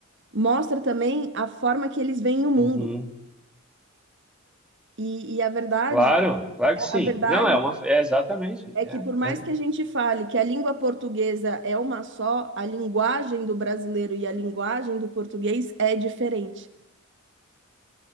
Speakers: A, on the right; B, in the centre.
A: mostra também a forma que eles veem o mundo.
B: Uhum.
A: E, e a verdade,
B: Claro, claro que
A: a
B: sim.
A: a verdade
B: Não, é uma, é exatamente,
A: É
B: é,
A: que por mais
B: é.
A: que a gente fale que a língua portuguesa é uma só, a linguagem do brasileiro e a linguagem do português é diferente.